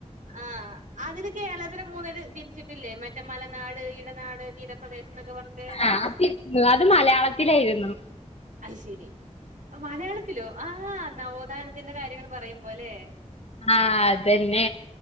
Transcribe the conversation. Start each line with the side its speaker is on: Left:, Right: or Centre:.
Right: ആ അതില് കേരളത്തിനെ മൂന്നായിട്ട് തിരിച്ചിട്ടില്ലേ മറ്റേ മലനാട് ഇടനാട് തീരപ്രദേശം എന്നൊക്കെ പറഞ്ഞിട്ട്
Left: ആഹ് അത് അത് മലയാളത്തിലായിരുന്നു
Right: അയ്ശരി മലയാളത്തിലോ ആഹ് നവോത്ഥാനത്തിന്റെ കാര്യങ്ങൾ പറയുമ്പോലെ
Left: ആ അതെന്നെ